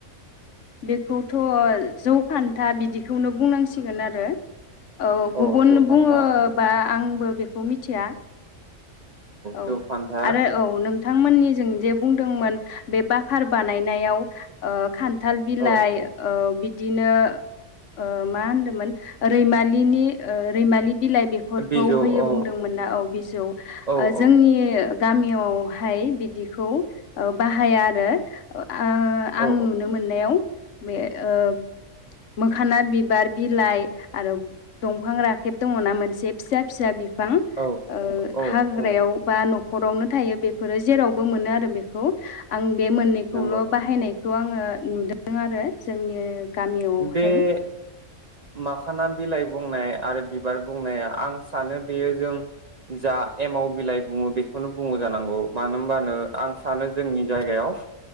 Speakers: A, on the left; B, on the right.
A: बेखौथ' जौ खान्था बिदिखौनो बुंनांसिगोन आरो औ
B: औ
A: गुबुन
B: जौ फान्था
A: बुङोबा
B: ओं
A: आं आंबो बेखौ मिथिया औ
B: जौ फान्था
A: आरो औ नों बिथांमोननि जों जे बुंदोंमोन बे बाखखार बानायनायाव खान्थाल बिलाइ
B: औ
A: बिदिनो ओ मा होनदोंमोन रैमालिनि ओ रैमालि बिलाइ बेफोरखौ
B: बिजौ
A: होयो
B: औ
A: बुंदोंमोन ना औ बिजौ
B: औ
A: जोंनि
B: औ
A: गामियावहाय बिदिखौ बाहाया आरो आं
B: औ
A: नुनो मोननायाव बे ओ मोखाना बि बिबार बिलाइ आरो दंफां राखेब दङना मोनसे फिसा फिसा बिफां
B: औ
A: ओ
B: औ
A: हाग्रायाव
B: औ
A: बा न'खरावनो थायो बेफोरो जेरावबो मोनो आरो बेखौ आं बे मोननैखौल'
B: नंगौ
A: बाहायनाय खौ आङो नुदों आरो जोंनि गामियावहाय
B: बे माखाना बिलाइ बुंनाय आरो बिबार बुंनाया आं सानो बेयो जों जा एमाव बिलाइ बुङो बेखौनो बुङो जानांगौ मानो होनबानो आं सानो जोंनि जायगायाव